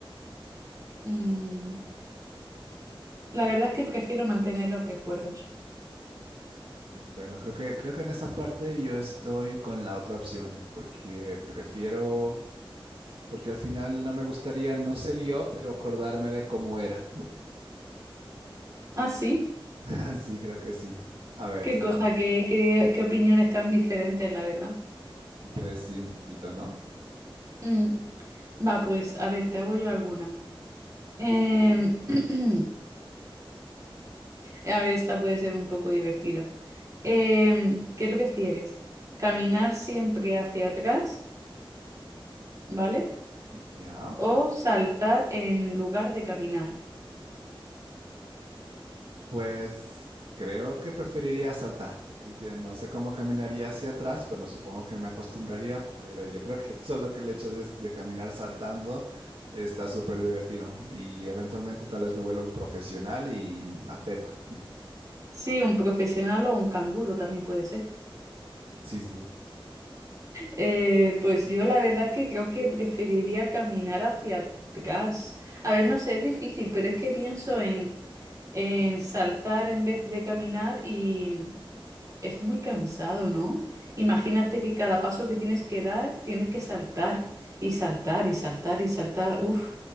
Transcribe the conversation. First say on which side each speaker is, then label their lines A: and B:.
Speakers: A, on the right; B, on the right.
A: Mm, la verdad es que prefiero mantener los recuerdos.
B: Bueno, creo que creo que en esa parte yo estoy con la otra opción, porque prefiero, porque al final no me gustaría no ser yo, pero acordarme de cómo era.
A: Ah, sí,
B: <laughs> Sí, creo que sí. A ver,
A: qué
B: te
A: cosa,
B: toca.
A: qué, qué, qué opiniones tan diferentes, la verdad.
B: Pues sí, un poquito, ¿no?
A: Mm. Va, pues, a ver, te hago yo alguna. Em, <clears throat> a ver, esta puede ser un poco divertida. Em, ¿qué prefieres? ¿Caminar siempre hacia atrás, ¿vale?
B: Ya.
A: ¿O saltar en lugar de caminar?
B: Pues creo que preferiría saltar, porque no sé cómo caminaría hacia atrás. Bueno, supongo que me acostumbraría, pero yo creo que <laughs> solo que el hecho de, de caminar saltando está súper divertido. Y eventualmente tal vez me vuelva un profesional y atleta.
A: Sí, un profesional o un canguro también puede ser.
B: Sí, sí.
A: Eh, pues yo la verdad es que creo que preferiría caminar hacia atrás. A ver, no sé, es difícil, pero es que pienso en, en saltar en vez de caminar y... Es muy cansado, ¿no? Imagínate que cada paso que tienes que dar, tienes que saltar y saltar y saltar y saltar. Uf,